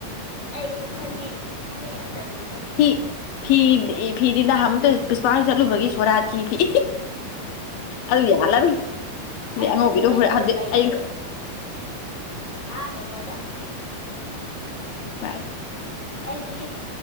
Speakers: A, on the left (about 45°); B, on the left (about 80°).
A: ꯑꯩꯗꯤ ꯐꯅꯦꯛ ꯐꯅꯦꯛ ꯑꯝꯇ ꯂꯩꯇꯦ
B: ꯐꯤ ꯐꯤ ꯗꯤ ꯐꯤꯗꯤ ꯅꯍꯥꯟ ꯃꯨꯛꯇ ꯄꯨꯁꯄꯥ ꯍꯣꯏ ꯆꯠꯂꯨꯕꯒꯤ ꯁꯣꯔꯥꯠꯀꯤ ꯐꯤ ꯑꯗꯨ ꯌꯥꯜꯂꯔꯣꯏ ꯑꯗꯩ
A: ꯑꯩꯗꯤ
B: ꯑꯉꯧꯕꯤꯗꯣ
A: ꯑꯗꯨ ꯀꯩꯅꯣꯗ
B: ꯍꯣꯔꯦꯟ ꯍꯧꯖꯤꯛ
A: ꯂꯩꯈ꯭ꯔꯦ
B: ꯑꯌꯨꯛ
A: ꯑꯥ ꯀꯩꯅꯣꯗ
B: ꯇꯥꯏ
A: ꯑꯩꯗꯤ